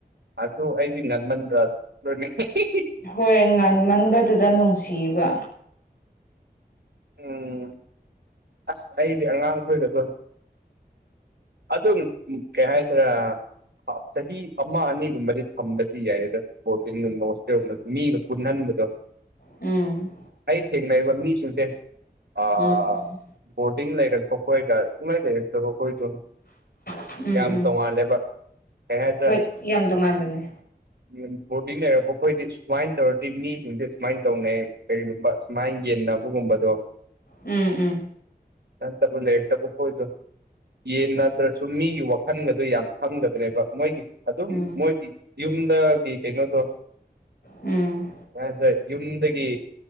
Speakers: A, on the right (about 75°); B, on the left (about 65°).
A: ꯑꯗꯨ ꯑꯩꯗꯤ ꯉꯟꯃꯟꯗ꯭ꯔ <unintelligible> ꯍꯤꯍꯤ
B: ꯍꯣꯏ ꯉꯟꯃꯟꯕꯗꯨꯗ ꯅꯨꯡꯁꯤꯕ
A: ꯎꯝ ꯑꯁ ꯑꯩꯗꯤ ꯑꯉꯥꯡꯈꯣꯏꯒꯗꯣꯏ꯫ ꯑꯗꯨꯝ ꯀꯩ ꯍꯥꯏꯁꯤꯔꯥ ꯆꯍꯤ ꯑꯃ ꯑꯅꯤꯒꯨꯝꯕꯗꯤ ꯊꯝꯕꯗꯤ ꯌꯥꯏꯗ꯫ ꯕꯣꯔꯗꯤꯡꯒꯨꯝꯕ ꯍꯣꯁꯇꯦꯜꯗ ꯃꯤꯒ ꯄꯨꯟꯅꯟꯕꯗꯣ
B: ꯎꯝ
A: ꯑꯩ ꯊꯦꯡꯅꯩꯕ ꯃꯤꯁꯤꯡꯁꯦ꯫ ꯑꯥ
B: ꯎꯝ ꯎꯝ
A: ꯕꯣꯔꯗꯤꯡ ꯂꯩꯔꯛꯄ ꯈꯣꯏꯒ ꯁꯨꯡꯂꯩ ꯂꯩꯔꯛꯇꯕꯈꯣꯏꯗꯣ꯫
B: ꯎꯝ ꯎꯝ
A: ꯌꯥꯝ
B: ꯎꯝ
A: ꯇꯣꯡꯉꯥꯜꯂꯦꯕ <unintelligible>
B: ꯍꯣꯏ ꯌꯥꯝ ꯇꯣꯉꯥꯟꯕꯅꯦ
A: ꯕꯣꯔꯗꯤꯡ ꯂꯩꯔꯛꯄ ꯑꯩꯈꯣꯏꯗꯤ ꯁꯨꯃꯥꯏꯅ ꯇꯧꯔꯗꯤ ꯃꯤꯁꯤꯡꯗꯤ ꯁꯨꯃꯥꯏꯅ ꯇꯧꯅꯩ ꯀꯔꯤꯒꯨꯝꯕ꯫ ꯃꯥꯏꯅ ꯌꯦꯟꯅꯕꯒꯨꯝꯕꯗꯣ
B: ꯎꯨꯝ ꯎꯨꯝ
A: <unintelligible> ꯍꯣꯏꯗ ꯌꯦꯟꯅꯥꯗ꯭ꯔꯁꯨ ꯃꯤꯒꯤ ꯋꯥꯈꯟꯒꯗꯨ ꯌꯥꯝ ꯈꯪꯗꯕꯅꯦꯕ ꯃꯣꯏꯒꯤ ꯑꯗꯨꯝ
B: ꯎꯝ
A: ꯃꯣꯏꯒꯤ ꯌꯨꯝꯗꯒꯤ ꯀꯩꯅꯣꯗꯣ
B: ꯎꯝ
A: ꯑꯁꯔ ꯌꯨꯝꯗꯒꯤ